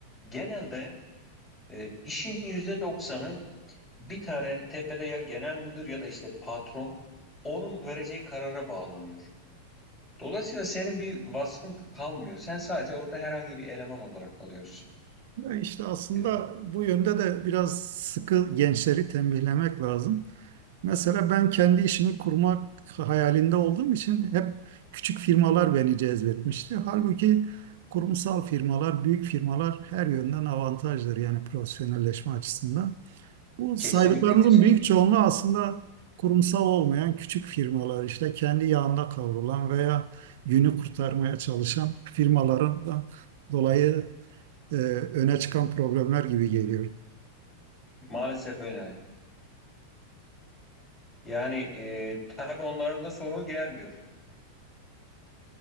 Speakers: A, on the left; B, on the right.
A: genelde e, işin yüzde doksanı bir tane tepede ya genel müdür ya da işte patron onun vereceği karara bağlanıyor. Dolayısıyla senin bir vasfın kalmıyor. Sen sadece orada herhangi bir eleman olarak kalıyorsun.
B: Ya işte aslında
A: E,
B: bu yönde de biraz sıkı gençleri tembihlemek lazım. Mesela ben kendi işimi kurmak hayalinde olduğum için hep küçük firmalar beni cezbetmişti. Halbuki kurumsal firmalar, büyük firmalar her yönden avantajdır yani profesyonelleşme açısından. Bu saydıklarınızın
A: kesinlikle kesinlikle.
B: büyük çoğunluğu aslında kurumsal olmayan küçük firmalar, işte kendi yağında kavrulan veya günü kurtarmaya çalışan firmaların da dolayı e, öne çıkan problemler gibi geliyor.
A: Maalesef öyle. Yani e, tabii onların da sorun gelmiyor.